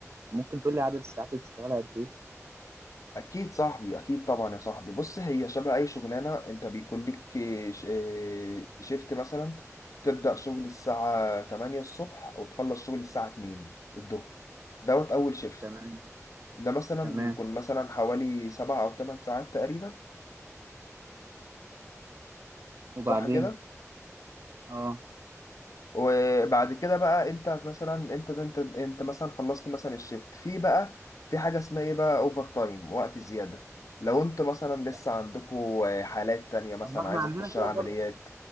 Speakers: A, on the right; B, on the left.
A: ممكن تقول لي عدد الساعات اللي بتشتغلها قد ايه
B: اكيد صاحبي اكيد طبعا يا صاحبي بص هي شبه اي شغلانه انت بيكون ليك ش- شيفت مثلا تبدا شغل الساعه 8 الصبح وتخلص شغل الساعه 2 الظهر دوت اول شيفت
A: تمام
B: ده مثلا
A: تمام
B: بيكون مثلا حوالي سبع أو ثمان ساعات تقريبا
A: وبعدين
B: صح كده
A: اه
B: وبعد كده بقى أنت مثلا أنت أنت أنت مثلا خلصت مثلا الشيفت في بقى في حاجة اسمها إيه بقى أوفر تايم وقت زيادة لو أنت مثلا لسه
A: تمام.
B: عندكوا حالات تانية مثلا
A: طب ما احنا
B: عايزة
A: عندنا
B: تخش عمليات
A: كده برضه